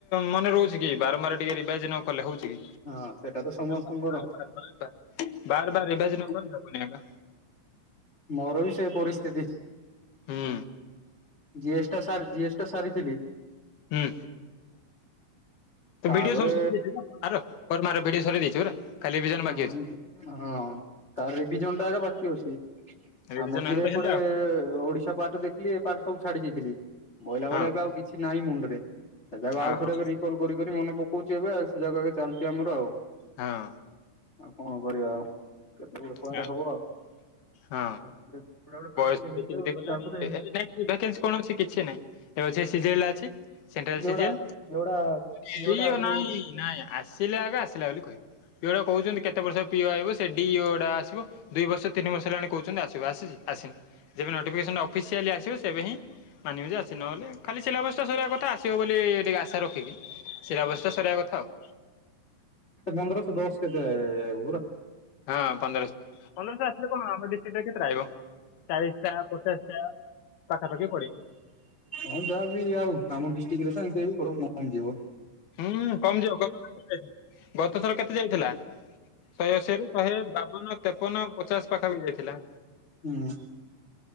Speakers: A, on the left; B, on the left.
A: ମନେ ରହୁଛି କି ବାରମ୍ବାର ଟିକେ ରେଭାଇଜ ନ କଲେ ହଉ <unintelligible>
B: ହଁ ସେଟା ତ ସମସ୍ତଙ୍କର
A: ବାର ବାର ବାର ବାର ବାର ବାର ରିଭାଇଜ ନ କଲେ ହବନି ଏକା।
B: ମୋର ବି ସେ ପରିସ୍ଥିତି।
A: ହୁଁ
B: ଜିଏସ୍ ଟା ସାର ଜିଏସ୍ ଟା ସାରିଥିଲି।
A: ହୁଁ। ତୁ
B: ତାପରେ
A: ଭିଡିଓ ସବୁ ସାରି ଦେଇଛୁ ନାଁ କାର କର୍ମାର ଭିଡିଓ ସାରି ଦେଇଛୁୁ ପରା ଖାଲି ରିଭିଜନ ବାକି
B: ହଁ
A: ଅଛି
B: ହଁ ତାର ରିଭିଜନ୍ ଟା ଏକା ବାକି ଅଛି।
A: ରିଭିଜନ
B: ଆଉ ମଝିରେ
A: ହେଲେ ତ
B: ଏପଟେ
A: ହେଲା ଆଉ
B: ଓଡିଶା ପାର୍ଟ ଦେଖିଲି ଏ ପାର୍ଟ ସବୁ ଛାଡି ଯାଇଥିଲି। ମୋଇଲା ଭଳିଆ
A: ହଁ।
B: ଏବେ ଆଉ କି କିଛି ନାହିଁ ମୁଣ୍ଡରେ ସେ ଜାକ ଆଉ
A: ଓହୋ
B: ଥରେ ଏବେ ରିକଲ କରିିକରି ମନେ ପକଉଛି ଏବେ ସେ ଜାକ ଏବେ ଚାଲିଛି ଆମର ଆଉ।
A: ହଁ।
B: ଆଉ କଣ କରିବା ଆଉ କେତେ ବଳେ କୁଆଡେ
A: ଆ
B: ହବ।
A: ହଁ
B: କୁଆଡେ ଗୋଟେ ଫାଷ୍ଟ
A: ବୟସ
B: ଗୋଟେ ହେଇଯାଉ
A: ବିତି ବିତି ଗଲାଣି
B: ତାପରେ
A: ଏବେ ଯାଏ ଭାକାନ୍ସ କଣ ଅଛି କିଛି ନାଇଁ। ଏବେ ସେ ସି ଜି ଏଲ୍ ଟା ଅଛି ସେଣ୍ଟ୍ରାଲ
B: ପିଓଟା
A: ସି ଜି ଏଲ୍
B: ପିଓଟା
A: ସିଏବି
B: ପିଓଟା ଆଇବ
A: ଆଉ ନାଇଁ।
B: ବୋଲି
A: ନାଇଁ ଆସିଲେ ଆଗେ ଆସିଲା ବୋଲି କହିବୁ ସିଏ ପରା କହୁଛନ୍ତି କେତେ ବର୍ଷ ପିଅ ଆଇିବ ସେ ଡି ଓ ଟା ଆସିବ ଦୁଇ ବର୍ଷ ତିନି ବର୍ଷ ହେଲାଣି କହୁଛନ୍ତି ଆସିବ ଆସିଛି ଆସିନି। ଯେବେ ନୋଟିଫିକେସନ୍ ଅଫସିଆଲି ଆସିବ ସେବେ ହିଁ ମାନିବି ଯେ ଆସିନି ବୋଲି ଖାଲି ସିଲାବସଟା ସରିବା କଥା ଆସିବ ବୋଲି ଟିକି ଆଶା ରଖିକି ସିଲାବସ୍ଟା ସରିବା କଥା ଆଉ।
B: ପନ୍ଦର ସ ଦଷ କେତେ ଏ ଏଗୁରା।
A: ହଁ ପନ୍ଦରଶହ ପନ୍ଦରଶହ ଆସିଲେ କଣ ହବ ଡିଷ୍ଟ୍ରିକ୍ଟ କେଇଟା ଆଇବ? ଚାଳିଶ ଟା ପଚାଶଟା ପାଖାପାଖି ପଡେ।
B: ହଁ ଯାହାବି ଆଉ ଆମ ଡିଷ୍ଟ୍ରିକ୍ଟରେ ତ ଏମିତି ହେଇକି <inaudible> ଯିବ।
A: ହୁଁ କମଯିବ ଗତ କେତେ ଯାଇ ଗତ ଥର କେତେ ଯାଇଥିଲା। ଶହେ ଅଶୀରୁ ଶହେ ବାବନ ତେପନ ପଚାଶ ପାଖାପାଖି ଯାଇଥିଲା।
B: ହୁଁ